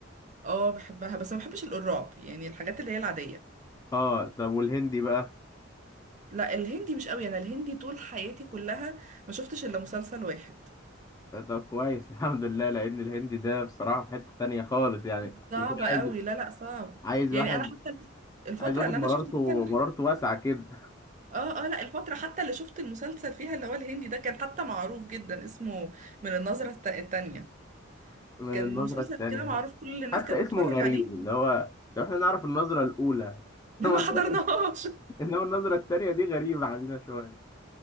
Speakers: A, on the right; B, on the left.
A: اه بحبها بس ما بحبش الرعب يعني الحاجات اللي هي العادية
B: اه طب والهندي بقى
A: لا الهندي مش قوي أنا الهندي طول حياتي كلها ما شفتش إلا مسلسل واحد
B: طب كويس <laughs> الحمد لله لأن الهندي ده بصراحة في حتة تانية خالص يعني
A: صعبة
B: يكون عايز
A: قوي لا لا صعب
B: عايز
A: يعني
B: واحد
A: انا حتى الفترة
B: عايز واحد
A: اللي
B: مرارته
A: انا شفت فيها ال-
B: مرارته واسعة كده <laughs>
A: اه اه لا الفترة حتى اللي شفت المسلسل فيها اللي هو الهندي ده كان حتى معروف جدا اسمه من النظرة الت- التانية
B: من
A: كان
B: النظرة
A: مسلسل
B: التانية
A: كده معروف كل الناس
B: حتى
A: كانت
B: اسمه
A: بتتفرج
B: غريب
A: عليه
B: اللي هو لو احنا نعرف النظرة الأولى <laughs>
A: <laughs> ما
B: إنما النظرة
A: حضرناهاش
B: إنما النظرة التانية دي غريبة علينا شوية